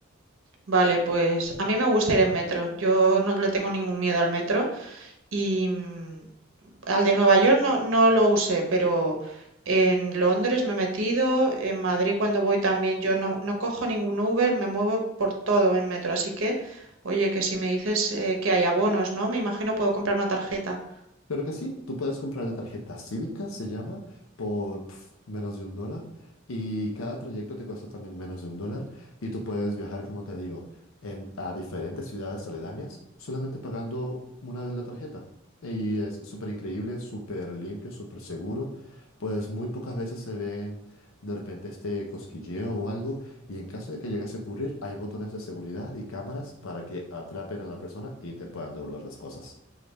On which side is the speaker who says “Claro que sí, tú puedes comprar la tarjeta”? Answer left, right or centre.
Left